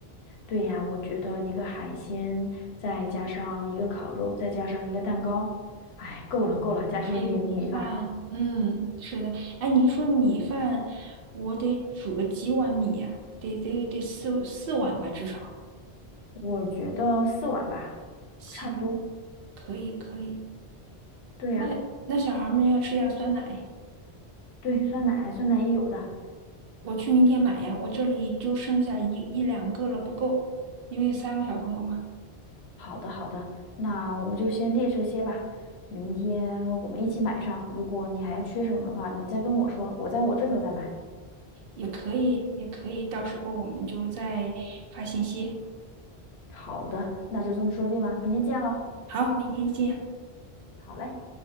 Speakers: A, on the left; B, on the right.
A: 对呀，我觉得一个海鲜，再加上一个烤肉，再加上一个蛋糕，哎，够了够了，加上一点米米饭。
B: 还有米饭。嗯，是的。哎，你说米饭，我得煮个几碗米呀、得得得四四碗吧，至少。
A: 我觉得四碗吧，
B: 行，
A: 差不多。
B: 可以可以。
A: 对呀，
B: 那那小孩们要吃点酸奶，
A: 对，酸奶，酸奶也有的。
B: 我去明天买呀。我这里就剩下一一两个了，不够，因为三个小朋友嘛。
A: 好的，好的，那我们就先列这些吧。明天我们一起买上。如果你还要缺什么的话，你再跟我说，我在我这头再买。
B: 也可以，也可以，到时候我们就再发信息。
A: 好的，那就这么说定了，明天见喽。
B: 好，明天见。
A: 好嘞。